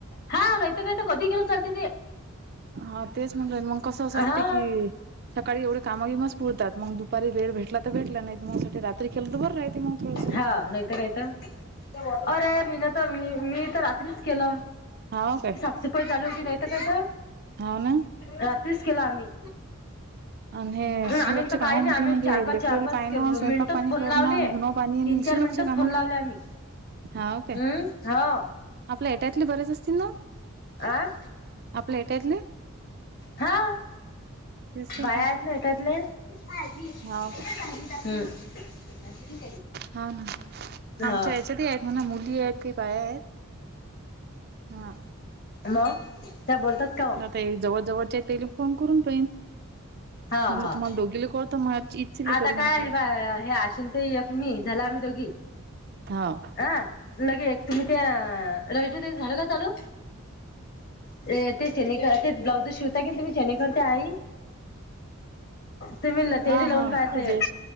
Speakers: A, on the left; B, on the right.
A: हा नाहीतर कायतर कधी गेलं तर चालते ते.
B: हा तेच म्हणलं, मग कसं असं
A: हा
B: वाटते की, सकाळी एवढे काम बी मास पुळतात मग दुपारी वेळ भेटला तर भेटला नाही, मग सा रात्री केलं तर बरं राहे मग थोडस.
A: हा नाहीत काय तर अरे मी ना तर, मी, मी तर रात्रीच केलं.
B: हा काय.
A: सुपई चालू होती नाहीत कायत,
B: हाव ना
A: रात्रीच केला आम्ही.
B: आणि हे शिल्लकचे
A: आम्ही तर
B: काम
A: काय नाही
B: म्हटलं
A: आम्ही
B: म्हणजे
A: चार- पाच,
B: लेकरले
A: चार -पाच
B: पाहिणं स्वयंपाक
A: मिनटच
B: पाणी
A: फोन
B: करणं
A: लावले
B: धुनं पाणी
A: तीन -चार
B: शिल्लकचे
A: मिनट
B: काम
A: फोन लावले आम्ही,
B: हाव काय
A: हम्म होव
B: आपल्या हेट्यातले बरेच असतील ना?
A: आं
B: आपले हेट्यातले.
A: हां
B: तेच तर
A: बाया
B: आपलं
A: हेत ना हेट्यातले, भाजी एकच
B: हाव काय
A: भाजी टाकली, हम्म. <inaudible>
B: हा ना.
A: हा
B: आमच्या यायाच्यात आहेत म्हणा, मुली आहेत काही बाया आहेत हहं
A: म त्या बोलतात का मग
B: ते जवळ, जवळच्या तेली फोन करून पाहिन
A: ह, ह
B: म्हटलं तुम्हाला दोघीले कळतं म इचीले
A: आता
B: करीन
A: काय
B: म्हटलं.
A: हे आशीन ते एक मी झाला आम्ही दोघी,
B: हाव
A: हां लगे तुम्ही त्या, राधिका ताई झाल का चालू? अ, त्याच्यानी तेच ब्लाउज शिवता की चणे करतात तुम्ही
B: हा
A: आई.
B: हा. तेजेश